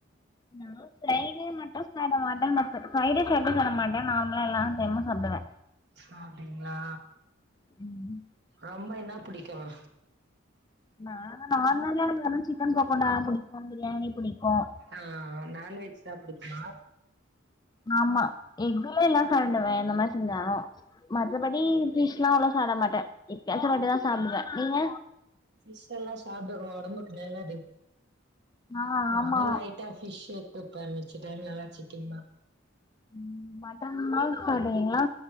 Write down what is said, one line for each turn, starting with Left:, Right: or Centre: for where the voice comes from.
Left: <inaudible> ஃப்ரைடே மட்டு சாப்டா மாட்ட மத்த ஃப்ரைடே சாட்டர்டே சாப்ட மாட்ட நார்மலா எல்லா டைம்மு சாப்டுவ
Right: சாப்ட்வீங்ளா
Left: ம்
Right: ரொம்ப இன்னா புடிக்கும்
Left: நாங்க நான் வெஜ்ஜுல நம்ளுக் வந்து சிக்கன் பக்கோட்டா புடிக்கும் பிரியாணி பிடிக்கும்
Right: ஆ நான்வெஜ்தா புடிக்குமா
Left: ஆமா எக்குல எல்லா சாப்டுவே எந்த மாரி செஞ்சாலும் மத்தபடி ஃபிஷ்லா அவ்ளவ் சாப்ட மாட்ட எப்யாச்சும் ஒரு வாட்டி தா சாப்டுவ நீங்க
Right: ஃபிஷ் எல்லா சாப்டுங்க ஒடம்புக்கு நல்லது
Left: ஆ
Right: நானே
Left: ஆமா
Right: லைட் டா ஃபிஷ் எத்துப்ப மிச்ச டைம்லல்லா சிக்கன் தா
Left: ம் மட்டன்லா சாப்டுவீங்ளா